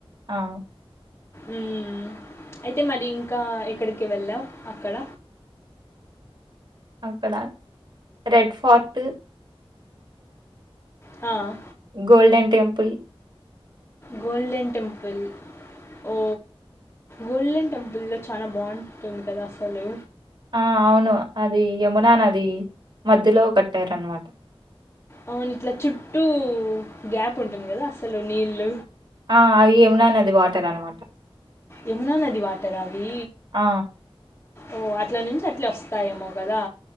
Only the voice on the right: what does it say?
ఆ
అక్కడ రెడ్ ఫర్ట్
గోల్డెన్ టెంపుల్
ఆ అవును అది యమునానది మధ్యలో కట్టారన్నమాట
ఆ అది ఏమనా అని అది వాటర్ అనమాట.
ఆ!